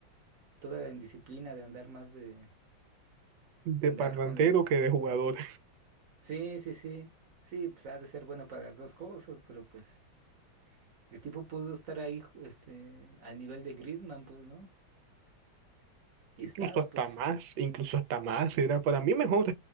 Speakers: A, on the right (about 50°); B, on the right (about 75°).
A: toda la indisciplina de andar más de
B: de
A: de andar
B: parlantero
A: con la...
B: que de jugador.
A: Sí, sí, sí. Sí, pues ha de ser bueno para las dos cosas, pero pues el tipo pudo estar ahí, este, al nivel de Griezmann, pues, ¿no? Y
B: incluso
A: estaba,
B: hasta
A: pues.
B: más, incluso hasta más, era para mí mejor.